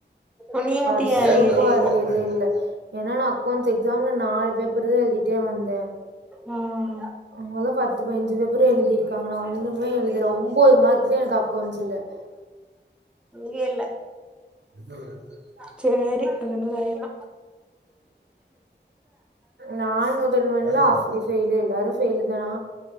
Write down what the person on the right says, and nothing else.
ஃபர்சுக்கு
அரியரே இல்ல ஏன்னா நா அக்கவுண்ட்ஸ் எக்ஸாம்ல நாலு பேப்பர் தா எழுதிட்டே வந்தே
அவுங்க எல்லா பத்து பதினஞ்சி பேப்பர் எழுதிருக்காங்க நா ஒன்னுமே எழுதல ஒம்போது மார்க்கு தா எனக்கு அக்கவுண்ட்ஸ்ல <inaudible>
<inaudible>
நான் முதல்வன்ல அப்டி பெயில் எல்லாரு பெய்லு தான